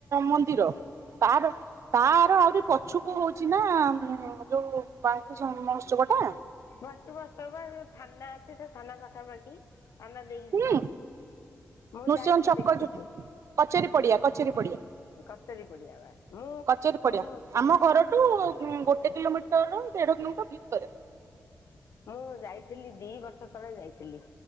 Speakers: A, on the right; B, on the left.
A: ମନ୍ଦିର ତାର ତାର ଆହୁରି ପଛୁକୁ ହଉଛି ନାଁ ଯୋଉ ବାଙ୍କି ମହୋତ୍ସବ ଟା
B: ବସି ବସ ବା ଯୋଉ ଥାନା ଅଛି ସେ ଥାନା ପାଖାପାଖି ଆ ନାଁ ଦେଇକି
A: ହୁଁ
B: ଯିବ ମୁଁ
A: ନୃସିଂହ
B: ଯାଇଛି
A: ଛକ
B: ଦେଖିଛି।
A: ଯୋଉ କଚେରୀ ପଡିଆ କଚେରୀ ପଡିଆ।
B: କଚେରୀ ପଡିଆ ବା ମୁଁ
A: କଚେରୀ ପଡିଆ
B: ମୁଁ
A: ଆମ ଘରଠୁ ଗୋଟେ କିଲୋମିଟର ଦେଢ଼ କିଲୋମିଟର ଭିତରେ।
B: ମୁଁ ଯାଇଥିଲି ଦି ବର୍ଷ ତଳେ ଯାଇଥିଲି